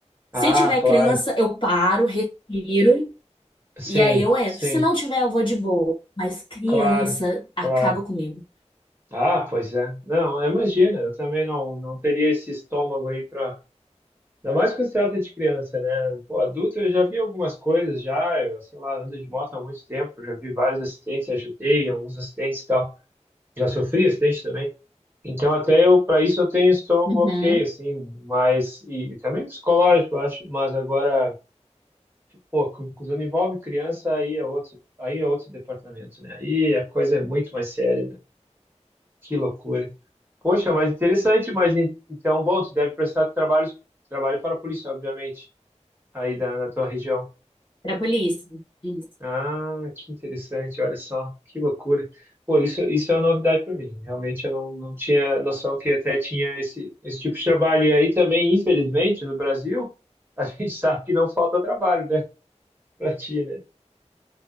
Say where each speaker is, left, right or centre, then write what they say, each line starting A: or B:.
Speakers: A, on the left; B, on the right.
A: Se
B: ah,
A: tiver
B: claro.
A: criança, eu paro, respiro e
B: Sim,
A: aí eu entro.
B: sim,
A: Se não tiver, eu vou de boa. Mas criança
B: claro,
A: acaba
B: claro.
A: comigo.
B: Ah, pois é. Não, imagina, eu também não, não teria esse estômago aí para. Ainda mais quando se trata de criança, né? Pô, adulto eu já vi algumas coisas já, eu, sei lá, ando de moto há muito tempo, já vi vários acidentes, ajudei, alguns acidentes e tal. Já sofri acidente também. Então até eu, para isso eu tenho estômago
A: Uhum.
B: ok, assim, mas e, e também psicológico, eu acho, mas agora, pô, cu- quando envolve criança aí é outro, aí é outro departamento, né? Aí a coisa é muito mais séria, né? Que loucura. Poxa, mas interessante, mas en- então, bom, tu deve prestar trabalho trabalho para a polícia, obviamente, aí da, na tua região.
A: Pra polícia. Isso.
B: Ah, que interessante, olha só, que loucura. Pô, isso, isso é uma novidade para mim. Realmente eu não, não tinha noção que até tinha esse, esse tipo de trabalho. E aí também, infelizmente, no Brasil, a <laughs> gente sabe que não falta trabalho, né? <laughs> Para ti, né?